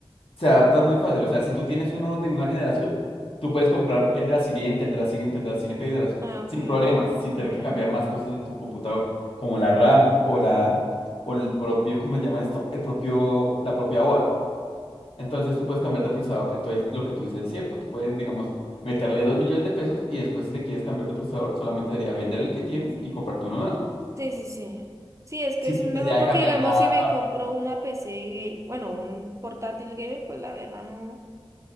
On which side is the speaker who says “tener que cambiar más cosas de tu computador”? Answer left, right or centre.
Left